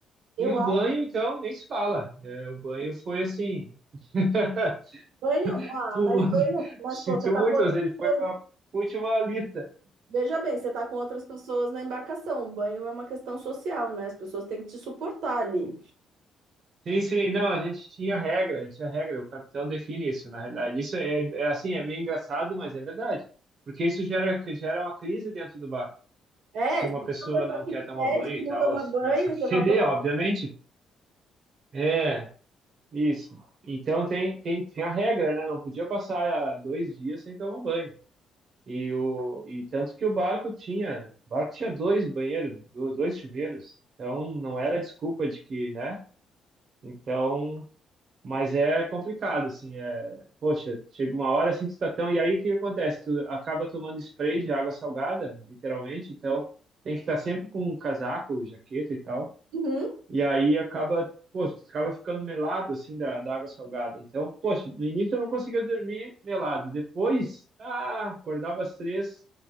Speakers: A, on the right; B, on the right.
A: Eu
B: E o banho, então, nem se fala. É, o banho foi assim. <laughs>
A: Banho, ah,
B: pulou
A: mas
B: de,
A: banho,
B: <laughs>
A: mas
B: sentiu
A: pô, você tá
B: muito,
A: com outras
B: mas ele
A: pessoas.
B: foi para a última lista.
A: Veja bem, você tá com outras pessoas na embarcação. Banho é uma questão social, né? As pessoas têm que te suportar ali.
B: Sim, sim, não, a gente tinha regra, tinha regra, o capitão define isso, na realidade. Isso é, é assim, é meio engraçado, mas é verdade, porque isso gera, gera uma crise dentro do bar.
A: É,
B: Se
A: se
B: uma
A: tem uma
B: pessoa
A: pessoa
B: não
A: que
B: quer
A: pede
B: tomar banho
A: que
B: e
A: não
B: tal,
A: toma
B: ela
A: banho,
B: começa a feder,
A: você vai tomar.
B: obviamente. É, isso. Então tem, tem, tinha a regra, né? Não podia passar dois dias sem tomar banho. E, o, e tanto que o barco tinha, o barco tinha dois banheiros, do- dois chuveiros. Então não era desculpa de que, né? Então, mas é complicado, assim, é, poxa, chega uma hora assim, tu tá tão, e aí o que que acontece? Tu acaba tomando spray de água salgada, literalmente, então tem que estar sempre com um casaco, jaqueta e tal.
A: Uhum.
B: E aí acaba, poxa, tu acaba ficando melado, assim, da, da água salgada. Então, poxa, no início eu não conseguia dormir melado. Depois, ah, acordava às três